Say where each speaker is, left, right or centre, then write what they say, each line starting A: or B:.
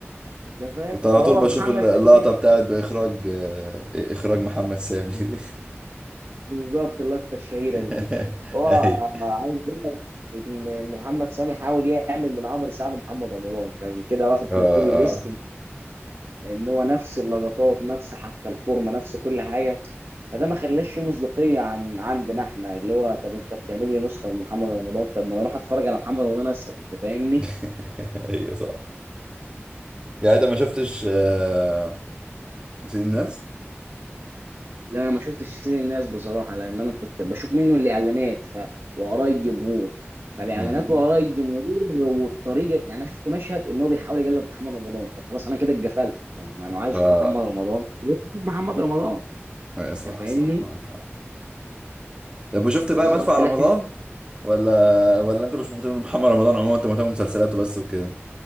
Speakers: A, on the right; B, on the right.
A: انت فاهم
B: كنت على
A: فهو
B: طول بشوف
A: محمد
B: الل- اللقطه
A: سامي كان
B: بتاعت باخراج آه، اخراج محمد سامي دي
A: بالظبط اللقطة الشهيرة
B: <laughs>
A: دي هو
B: ايوه
A: عايز اقول لك ان إن محمد سامي حاول يعمل من عمرو سعد محمد رمضان كان كده واخد
B: اه
A: الكوبي بيست
B: آه.
A: ان هو نفس اللقطات نفس حتى الفورمه نفس كل حاجه فده ما خلاش فيه مصداقيه عن عندنا احنا اللي هو طب انت بتعمل لي نسخه من محمد رمضان طب ما انا اروح اتفرج على محمد رمضان اسهل انت فاهمني؟
B: <laughs> ايوه صح يعني انت ما شفتش آه، سيد الناس
A: لا انا ما شفتش سيد الناس بصراحه لان انا كنت بشوف منه الاعلانات ف واراء الجمهور فالاعلانات
B: امم
A: واراء الجمهور والطريقه يعني انا شفت مشهد ان هو بيحاول يقلد محمد رمضان طب خلاص انا كده اتقفلت طب ما انا عايز
B: اه
A: اشوف محمد رمضان محمد رمضان
B: أيوة، صح
A: انت فاهمني؟
B: صح معاك حق طب وشفت
A: بالظبط
B: بقى مدفع رمضان
A: لكن
B: ولا ولا انت مش مهتم بمحمد رمضان عموما انت مهتم بمسلسلاته بس وكده